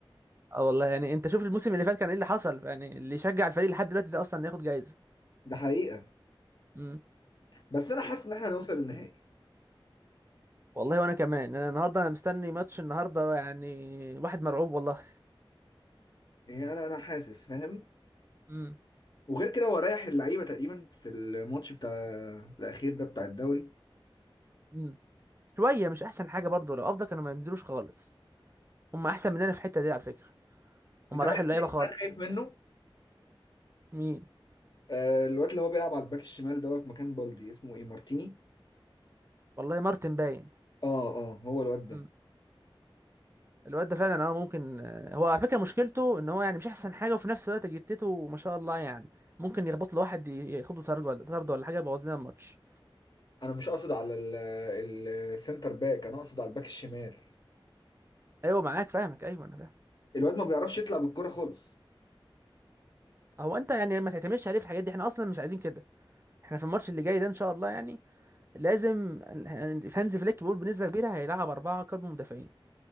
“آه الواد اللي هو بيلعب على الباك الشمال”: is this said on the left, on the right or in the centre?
Left